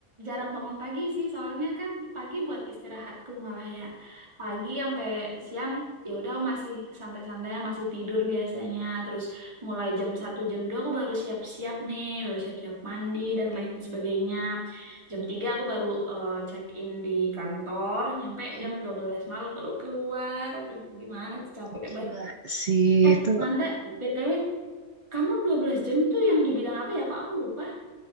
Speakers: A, on the right; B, on the right.
A: jarang bangun pagi sih, soalnya kan pagi buat istirahatku malah ya. Pagi sampai siang ya udah masih santai-santai, masih tidur biasanya. Terus mulai jam satu jam 2 aku baru siap-siap nih, baru siap-siap mandi dan lain sebagainya. Jam 3 aku baru check in di kantor, nyampe
B: Hmm,
A: jam 12 malam baru keluar. Aduh, gimana tuh capek
B: Gila
A: banget.
B: sih
A: Eh,
B: itu
A: Nanda, BTW, kamu 12 jam itu yang di bidang apa ya? Kok aku lupa?